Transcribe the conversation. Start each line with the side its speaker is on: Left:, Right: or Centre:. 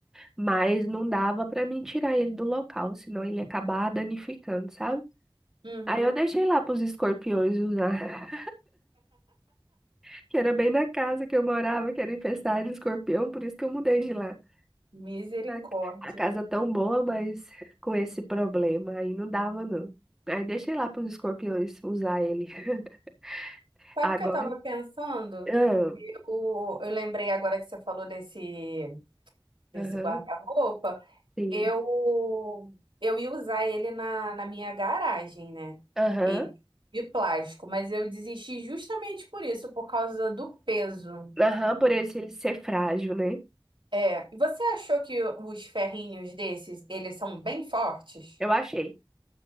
Centre: mas não dava para mim tirar ele do local, senão ele ia acabar danificando, sabe?
Right: Uhum.
Centre: Aí eu deixei lá pros escorpiões usar, <laughs> que era bem na casa que eu morava, que era infestada de escorpião, por isso que eu mudei de lá.
Right: Misericórdia.
Centre: A a casa tão boa, mas com esse problema, aí não dava não. Aí deixei lá pros escorpiões usar ele. <laughs>
Right: Sabe
Centre: Agora,
Right: o que eu estava pensando?
Centre: ah,
Right: Eu, eu lembrei agora que você falou desse, desse
Centre: aham,
Right: guarda-roupa.
Centre: sim,
Right: Eu, eu ia usar ele na, na minha garagem, né?
Centre: aham.
Right: E, de plástico, mas eu desisti justamente por isso, por causa do peso.
Centre: Aham, por ele, ele ser frágil, né?
Right: É, você achou que os ferrinhos desses, eles são bem fortes?
Centre: Eu achei.